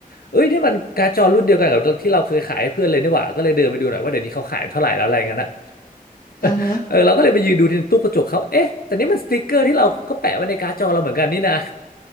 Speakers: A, on the left; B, on the left.
A: เอ้ยนี่มันการ์ดจอรุ่นเดียวกันกับที่เราเคยขายให้เพื่อนเลยนี่หว่าก็เลยเดินไปดูหน่อยว่าเดี๋ยวนี้เขาขายเท่าไหร่แล้วอะไรเงี้ยนะ
B: เออฮะ
A: <laughs> เออเราก็เลยไปยืนดูที่ตู้กระจกเขาเอ๊ะแต่นี่มันสติ๊กเกอร์ที่เราก็แปะไว้ในการ์ดจอเราเหมือนกันนี่นะ